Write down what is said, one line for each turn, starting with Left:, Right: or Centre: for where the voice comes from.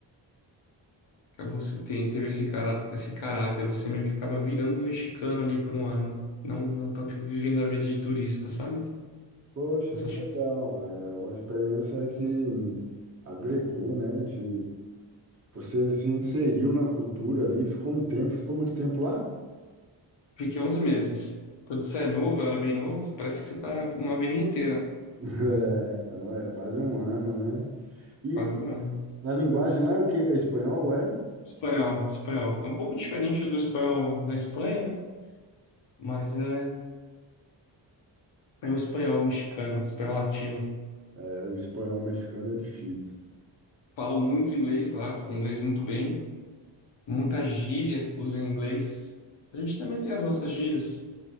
Left: acabou se- tem, teve esse caráter, esse caráter. Você meio que acaba virando um mexicano ali por um ano. Não, não tanto vivendo a vida de turista, sabe?
Right: Poxa,
Left: Mas
Right: que
Left: acho
Right: legal,
Left: que
Right: é uma experiência que agregou, né, te... Você se inseriu na cultura ali, ficou um tempo, ficou muito tempo lá? <laughs>
Left: fiquei 11 meses. Quando você é novo, eu era bem novo, parece que você tá uma vida inteira,
Right: É, é quase um ano, né? E
Left: quase um ano.
Right: a linguagem lá é o quê? É espanhol, é?
Left: Espanhol, espanhol. É um pouco diferente do espanhol na Espanha, né? Mas é, é um espanhol mexicano, espanhol latino.
Right: É, O espanhol mexicano é difícil.
Left: Falam muito inglês lá, falam inglês muito bem. Muita gíria usam inglês. A gente também tem as nossas gírias,